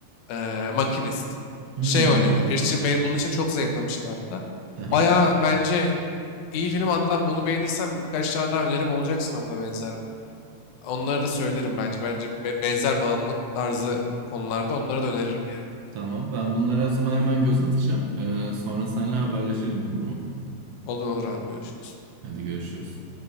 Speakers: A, on the left (about 75°); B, on the right (about 65°).
A: e, Makinist.
B: hı.
A: Şey oynuyorlar. Christian Bale bunun için çok zayıflamıştı hatta.
B: Aha,
A: Baya bence iyi film hatta bunu beğenirsen birkaç tane daha önerim olacak sana buna benzer Onları da söylerim bence. Bence be- benzer bağımlılık tarzı konularda onları da öneririm yani.
B: tamam. Ben bunlara o zaman hemen göz atacağım. E, sonra seninle haberleşelim olur mu?
A: Olur olur abi görüşürüz.
B: Hadi görüşürüz.